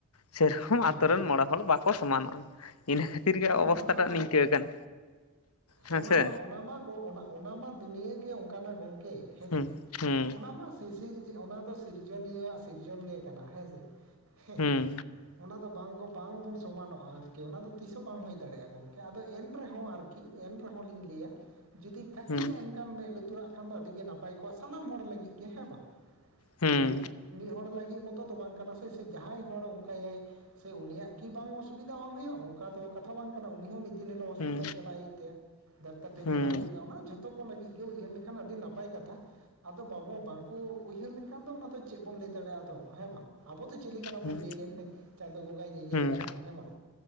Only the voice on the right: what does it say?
ᱦᱮᱸ
ᱦᱮᱸ
ᱵᱟᱝ
ᱵᱟᱝ ᱚᱱᱟ ᱫᱚ
ᱚᱱᱟ
ᱢᱟ ᱚᱱᱟ ᱢᱟ ᱜᱚ ᱚᱱᱟ, ᱚᱱᱟ ᱢᱟ ᱫᱩᱱᱭᱟᱹ ᱜᱮ ᱚᱱᱠᱟᱱᱟ ᱜᱚᱝᱠᱮ ᱦᱮᱸᱥᱮ
ᱚᱱᱟ ᱢᱟ, ᱥᱤᱥᱤᱨᱡ ᱚᱱᱟ ᱫᱚ ᱥᱤᱨᱡᱚᱱᱤᱭᱟᱹᱣᱟᱜ ᱥᱤᱨᱡᱚᱱ ᱜᱮ ᱠᱟᱱᱟ ᱦᱮᱸᱥᱮ᱾ ᱦᱮ
ᱚᱱᱟ ᱫᱚ ᱵᱟᱝᱠᱚ ᱵᱟᱝᱵᱚᱱ ᱥᱚᱢᱟᱱᱚᱜᱼᱟ ᱟᱨᱠᱤ ᱚᱱᱟ ᱫᱚ ᱛᱤᱥᱦᱚᱸ ᱵᱟᱝ ᱦᱳᱭ ᱫᱟᱲᱮᱭᱟᱜᱼᱟ ᱜᱚᱝᱠᱮ ᱟᱫᱚ ᱮᱱ ᱨᱮᱦᱚᱸ ᱟᱨᱠᱤ ᱮᱱ ᱨᱮᱦᱚᱸ ᱞᱤᱧ ᱞᱟᱹᱭᱟ ᱡᱩᱫᱤ ᱠᱟᱹᱴᱤᱡ
ᱮᱱᱠᱷᱟ ᱮᱡ ᱢᱮᱜ ᱞᱩᱛᱩᱨᱟᱜ ᱠᱷᱟᱱ ᱫᱚ ᱟᱹᱰᱤ ᱜᱮ ᱱᱟᱯᱟᱭ ᱠᱚᱜᱼᱟ ᱥᱟᱱᱟᱢ ᱦᱚᱲ ᱞᱟᱹᱜᱤᱫ ᱜᱮ ᱦᱮᱸ ᱵᱟᱝ
ᱡᱮ, ᱢᱤᱜ ᱦᱚᱲ ᱞᱟᱹᱜᱤᱜ ᱢᱚᱛᱚ ᱫᱚ ᱵᱟᱝ ᱠᱟᱱᱟ ᱥᱮ ᱥᱮ ᱡᱟᱦᱟᱸᱭ ᱦᱚᱲ ᱚᱱᱠᱟᱭᱟᱭ, ᱥᱮ ᱩᱱᱤᱭᱟᱜ ᱠᱤ ᱵᱟᱝ ᱚᱥᱩᱵᱤᱫᱟ ᱵᱟᱝ ᱦᱩᱭᱩᱜ-ᱟ ᱚᱝ ᱚᱠᱟ ᱫᱚ ᱠᱟᱛᱷᱟ ᱵᱟᱝ ᱠᱟᱱᱟ ᱩᱱᱤ ᱦᱚᱸ ᱢᱤᱫ ᱫᱤᱱ ᱦᱤᱞᱳᱜ ᱦᱚᱥᱯᱤᱴᱟᱞ
ᱪᱟᱞᱟᱜ ᱦᱩᱭᱩᱜ ᱛᱟᱭᱟ ᱰᱟᱠᱛᱟᱨ ᱴᱷᱮᱱ
ᱪᱟᱞᱟᱜ ᱦᱩᱭᱩᱜ ᱛᱟᱭᱟ ᱚᱱᱟ ᱡᱷᱚᱛ ᱛᱮ ᱠᱚ ᱞᱟᱹᱜᱤᱜ ᱜᱮ ᱩᱭᱦᱟᱹᱨ ᱞᱮᱠᱷᱟᱱ ᱟᱹᱰᱤ ᱱᱟᱯᱟᱭ ᱠᱟᱛᱷᱟ ᱟᱫᱚ ᱵᱟᱵᱚ ᱵᱟᱝᱠᱚ ᱩᱭᱦᱟᱹᱨ ᱞᱮ ᱠᱷᱟᱱ ᱫᱚ ᱚᱱᱟ ᱫᱚ ᱪᱮᱜ ᱵᱚᱱ ᱞᱟᱹᱭ ᱫᱟᱲᱮᱭᱟᱜᱼᱟ ᱟᱫᱚ ᱦᱮᱸ ᱵᱟᱝ ᱟᱵᱚ ᱫᱚ ᱪᱮᱞᱮ ᱠᱟᱱᱟ
ᱵᱚᱱ
ᱞᱟᱹᱭ ᱨᱮᱱ᱾ ᱪᱟᱸᱫᱳ ᱵᱚᱸᱜᱟᱭ ᱧᱮᱧᱮᱞ
ᱠᱟᱱᱟ ᱦᱮᱸ ᱵᱟᱝ?